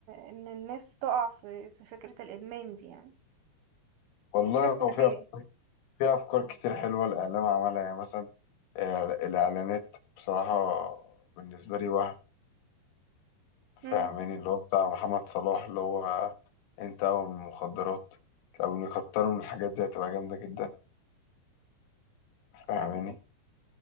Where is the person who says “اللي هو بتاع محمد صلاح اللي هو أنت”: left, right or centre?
Left